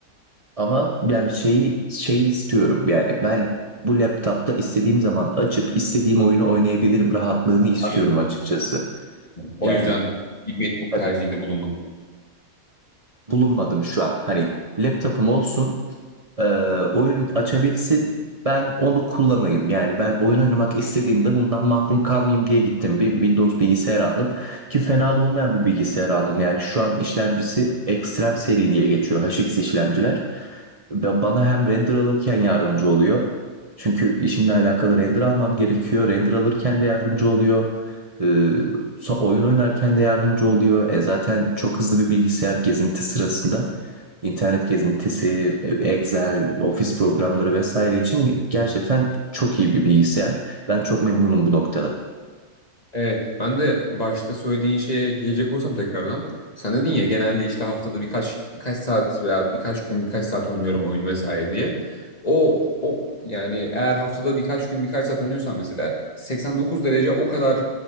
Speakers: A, on the right (about 30°); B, on the left (about 30°).
A: ama yani şeyi şeyi istiyorum yani ben bu laptopla istediğim zaman açıp istediğim oyunu oynayabilirim rahatlığını istiyorum
B: Anladım.
A: açıkçası.
B: O
A: Yani
B: yüzden bir MacBook
A: tabii
B: tercihinde bulunmadın.
A: bulunmadım şu an. Hani laptopum olsun e, oyun açabilsin. Ben onu kullanayım. Yani ben oyun oynamak istediğimde bundan mahrum kalmayayım diye gittim. Bir Windows bilgisayar aldım ki fena da olmayan bir bilgisayar aldım. Yani şu an işlemcisi Extreme seri diye geçiyor HX işlemciler. Ba- Bana hem render alırken yardımcı oluyor. Çünkü işimle alakalı render almam gerekiyor. Render alırken de yardımcı oluyor. Ee, son- oyun oynarken de yardımcı oluyor. E zaten çok hızlı bir bilgisayar gezinti sırasında internet gezintisi, Excel, ofis programları vesaire için gerçekten çok iyi bir bilgisayar. Ben çok memnunum bu noktada.
B: Evet, ben de başta söylediğin şeye gelecek olursam tekrardan. Sen dedin ya genelde işte haftada birkaç birkaç saat veya birkaç gün birkaç saat oynuyorum oyun vesaire diye. O o yani eğer haftada birkaç gün birkaç saat oynuyorsan mesela 89 derece o kadar